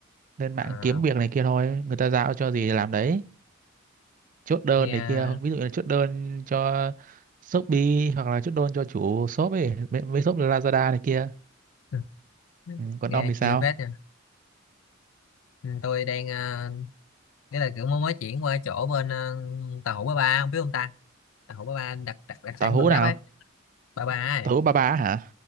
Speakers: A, on the right; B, on the left.
A: lên mạng
B: À,
A: kiếm việc này kia thôi, người ta giao cho gì thì làm đấy. Chốt đơn
B: nghe
A: này kia, ví dụ như là chốt đơn cho Shopee hoặc là chốt đơn cho chủ shop ấy, mấy, mấy shop Lazada này kia.
B: <laughs>
A: Ừ, còn
B: nghe
A: ông thì sao?
B: chiêu phết nha. Ừ, Tôi đang à, nghĩa là kiểu mới mới chuyển qua chỗ bên à, tàu hũ ba ba, ông biết không ta? Tàu hũ ba ba đặc đặc đặc
A: Tàu
B: sản
A: hũ
B: Gò
A: nào?
B: Giáp ấy, ba ba ấy.
A: Tàu hũ ba ba hả?